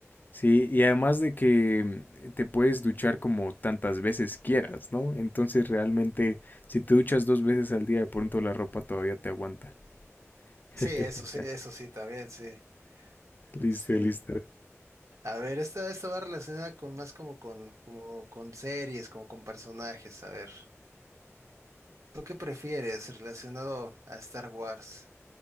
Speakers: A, on the left; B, on the right.
A: Sí, y además de que mm, te puedes duchar como tantas veces quieras, ¿no? Entonces realmente, si te duchas dos veces al día, de pronto la ropa todavía te aguanta. <laughs>
B: Sí, eso sí, eso sí, también, sí,
A: Listo,
B: sí.
A: listo.
B: A ver, esta, esta va relacionada con más como con, como con series, como con personajes. A ver, ¿tú qué prefieres relacionado a Star Wars?